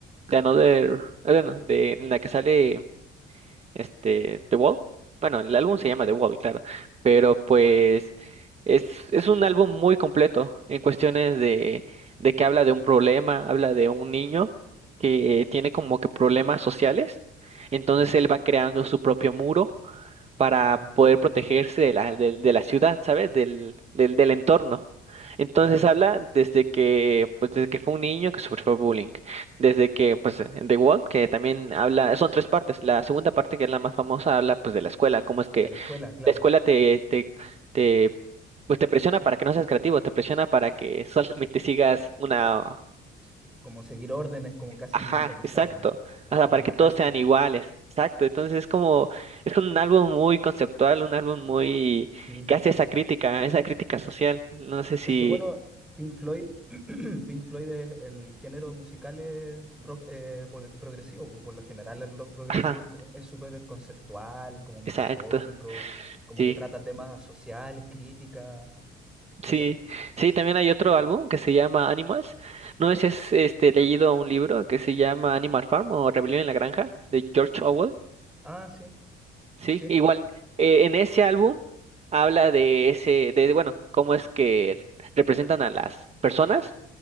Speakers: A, on the right; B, in the centre.
A: de Another, ah, bueno, de en la que sale este The Wall. Bueno, el álbum
B: ¿sí?
A: se llama The Wall, claro, pero pues es, es un álbum muy completo en cuestiones de, de que habla de un problema, habla de un niño que tiene como que problemas sociales, entonces
B: Ujú.
A: él va creando su propio muro para
B: Ah,
A: poder protegerse de la, de, de la ciudad, ¿sabes? Del, del, del entorno. Entonces
B: claro,
A: habla desde que, pues, desde que fue un niño que sufrió bullying, desde que, pues, en The Wall, que también habla, son tres partes. La segunda parte, que es la más famosa, habla, pues, de la escuela, cómo es que
B: de la escuela, claro,
A: la escuela te, te, te, pues, te presiona
B: co-
A: para que no seas creativo, te presiona para que <laughs> solamente sigas una,
B: es como seguir órdenes, como casi
A: Ajá,
B: militarizado,
A: exacto.
B: es
A: O sea,
B: como
A: para
B: una
A: que todos
B: cárcel,
A: sean iguales. Exacto. Entonces es como, es un álbum muy conceptual, un álbum muy
B: sí,
A: que
B: sí.
A: hace esa crítica, esa crítica social. No sé si.
B: Es que bueno, Pink Floyd, <clears throat> Pink Floyd es el género musical es rock eh, pro- progresivo, pues, y por lo general el rock progresivo
A: Ajá,
B: es co- es súper conceptual, como metafórico,
A: exacto.
B: como
A: Sí,
B: que trata temas sociales, críticas, etcétera.
A: sí. Sí, también hay otro álbum que se llama Animals. No sé si has este leído un libro que se llama Animal Farm o Rebelión en la Granja, de George Orwell.
B: Ah, sí,
A: Sí,
B: sí,
A: igual. eh, en ese álbum habla de ese, de, bueno, cómo es que representan a las personas